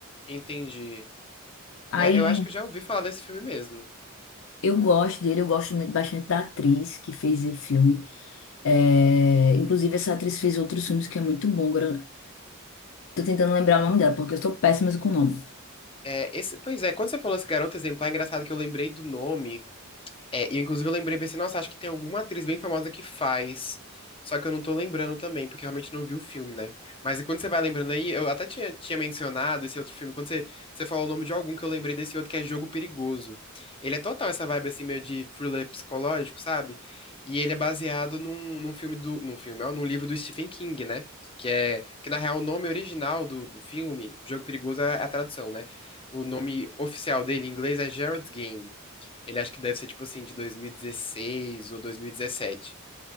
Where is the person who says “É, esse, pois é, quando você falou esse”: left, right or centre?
Left